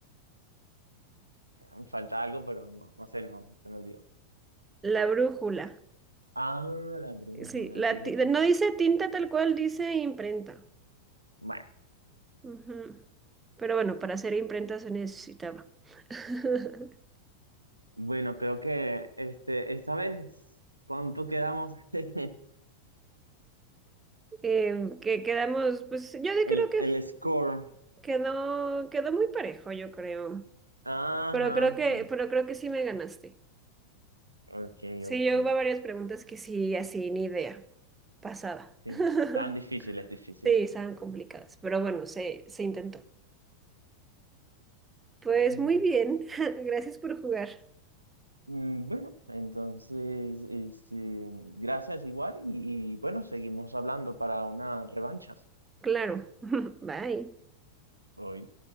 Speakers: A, on the right; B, on the right.
A: me Falta algo, pero no, no sé, no, se me olvidó.
B: La brújula.
A: Ah, la brújula,
B: Sí, la
A: fíjate.
B: ti- no dice tinta tal cual, dice imprenta.
A: Bueno,
B: Ujú. Pero bueno, para hacer imprenta se necesitaba. <laughs>
A: bueno, creo que este, esta vez, ¿cuánto quedamos? <laughs>
B: Em, que quedamos, pues yo de-
A: El,
B: creo que
A: el
B: f-
A: score.
B: quedó, quedó muy parejo, yo creo.
A: Ajá,
B: Pero creo que,
A: sí.
B: pero creo que sí me ganaste.
A: Ok,
B: Sí,
A: ok.
B: yo hubo varias preguntas que sí, así, ni idea. Pasada.
A: Sí.
B: <laughs>
A: Tan difíciles, difíciles.
B: Sí, estaban complicadas, pero bueno, se, se intentó. Pues
A: Ujú.
B: muy bien, <laughs> gracias por jugar.
A: Mm, Bueno, entonces, este, gracias igual y, y bueno, seguimos hablando para una revancha.
B: Claro. <laughs> Bye.
A: hoy.